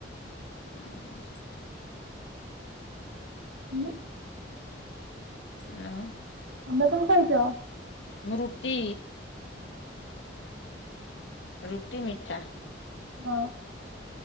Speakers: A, on the left; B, on the right.
A: ହୁଁ ହୁଁ।
B: ମୁଁ
A: ଆଉ
B: ଆମେ କଣ ଖାଇଛ?
A: ମୃଟି। ରୁଟି, ମିଠା।
B: ହଁ,